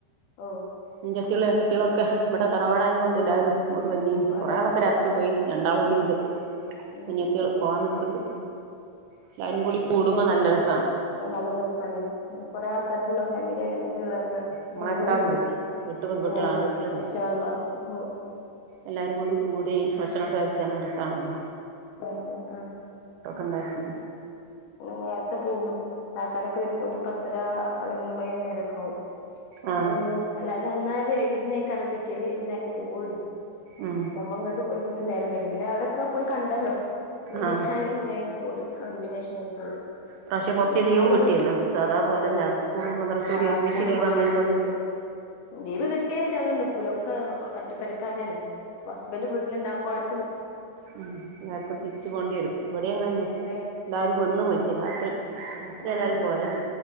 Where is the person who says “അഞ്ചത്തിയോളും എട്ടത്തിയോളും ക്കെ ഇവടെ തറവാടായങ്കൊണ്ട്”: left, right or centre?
Right